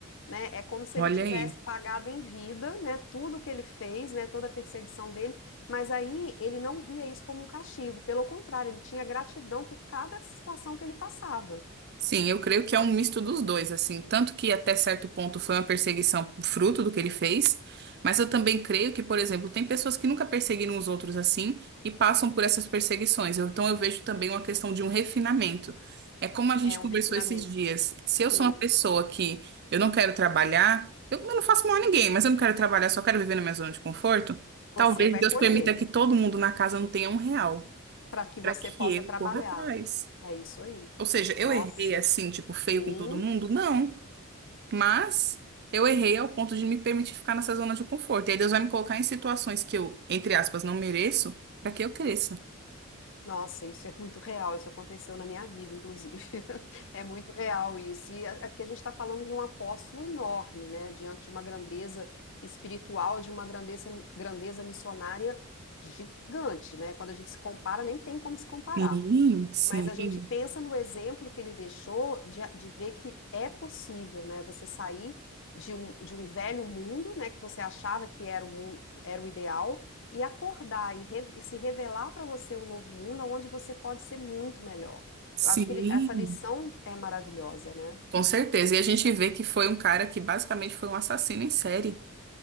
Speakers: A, on the left; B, on the right.
A: né? É como se
B: Olha
A: ele tivesse
B: aí.
A: pagado em vida, né, tudo que ele fez, né, toda a perseguição dele, mas aí ele não via isso como um castigo, pelo contrário, ele tinha gratidão por cada situação que ele passava.
B: Sim, eu creio que é um misto dos dois, assim, tanto que até certo ponto foi uma perseguição fruto do que ele fez, mas eu também creio que, por exemplo, tem pessoas que nunca perseguiram os outros assim e passam por essas perseguições. Eu- Então eu vejo também uma questão de um refinamento. É como a gente
A: É
B: conversou
A: um refinamento.
B: esses dias. Se
A: Sim,
B: eu sou uma pessoa que eu não quero trabalhar, eu eu não faço mal a ninguém, mas eu não quero trabalhar, só quero viver na minha zona de conforto,
A: você
B: talvez
A: vai
B: Deus
A: colher
B: permita que todo mundo na casa não tenha um real,
A: para que
B: para
A: você
B: que
A: possa
B: eu
A: trabalhar.
B: corra atrás.
A: É isso aí.
B: Ou seja, eu
A: Nossa,
B: errei assim, tipo, feio
A: sim.
B: com todo mundo? Não. Mas eu errei ao ponto de me permitir ficar nessa zona de conforto. E aí Deus vai me colocar em situações que eu, entre aspas, não mereço, para que eu cresça.
A: Nossa, isso é muito real. Isso aconteceu na minha vida, inclusive. <laughs> É muito real isso. E é é porque a gente está falando de um apóstolo enorme, né? Diante de uma grandeza espiritual, de uma grandeza, grandeza missionária gigante, né? Quando a gente se compara, nem tem como se comparar.
B: Sim, sim,
A: Mas a gente pensa no exemplo que ele deixou de, de ver que é possível, né? Você sair de um, de um velho mundo, né? Que você achava que era o, mun- era o ideal, e acordar e, re- e se revelar para você um novo mundo onde você pode ser muito melhor.
B: sim.
A: Eu acho que ele- essa lição é maravilhosa, né?
B: Com certeza. E a gente vê que foi um cara que basicamente foi um assassino em série.